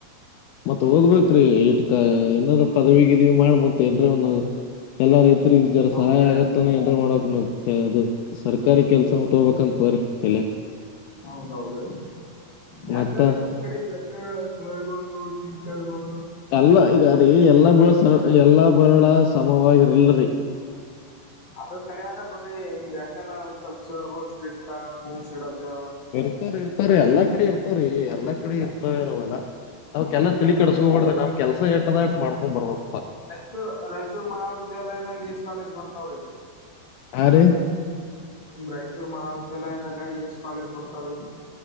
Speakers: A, on the left (about 75°); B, on the left (about 30°).
A: ಮತ್ ಓದ್ಬೇಕ್ರೀ ಇಟ್ಕ ಏನಾರ ಪದವಿ ಗಿದವಿ ಮಾಡ ಮತ್ ಏನರ ಎಲ್ಲಾ ರೈತರಿಗೆ ಜರ
B: ಹೌದ್ರಿ
A: ಸಹಾಯ ಆಗತ್ತಾನ ಏನರ ಮಾಡಕ್ ನ ಅದು ಸರ್ಕಾರಿ ಕೆಲಸ ತೊಂಬಕೊರ ಕರ್ ತೆಲೆಕ್
B: ಹೌದೌದ್ರೀ ಹೆಂಗರ್ರಿ
A: ಮತ್ತ
B: ನಿಮ ಈ ಕಡೆ ಲೆಕ್ಚರ್ ಸರ್ಗಳು ಟೀಚರ್ಗಳು
A: ಎಲ್ಲ ಈಗ ರೀ ಎಲ್ಲ ಬರ ಎಲ್ಲಾ ಬರಳ ಸಮವಾಗಿರ್ಲ್ರಿ
B: ಅದು ಕರಿ್ಯದ ಬಿಡ್ರಿ ಹಿಂಗ್ ಹೆಂಗನ ಒಂದ್ ಸ್ವಲ್ಪ ಸರ್ ಸ್ಟ್ರಿಕ್ ಪೂಣ್ಸ್ ಇಡೋದು
A: ಇರ್ತಾರೆ ಇರ್ತವ್ರೀ ಎಲ್ಲಾ ಕಡೆ ಇರ್ತವ್ರೀ ಎಲ್ಲಾ ಕಡೆ ಇರ್ತವರೆಲ್ಲ ಅವಕೆಲ್ಲ ತಿಳಿ
B: ಹಾ
A: ಕಡಸ್ಕೋಬಾರ್ದೇ ನ್ ಕೆಲ್ಸ ಎಟ್ಟದಾಟ್ ಮಾಡ್ಕೊಂಡ್ ಬರ್ಬಕಪ್ಪ
B: ಚೂರು ರಾಯಚೂರ್ ಮಹಾವಿದ್ಯಾಲಯದಾಗ ಎಸ್ ಕಾಲೇಜ ಬರ್ತಾವ್ರೀ
A: ಆ ರೀ
B: ನಿಮ್ ರಾಯಚೂರ್ ಮಹಾವಿದ್ಯಾಲಯದಾಗ ಎಸ್ ಕಾಲೇಜ್ ಬರ್ತಾವ್ರೀ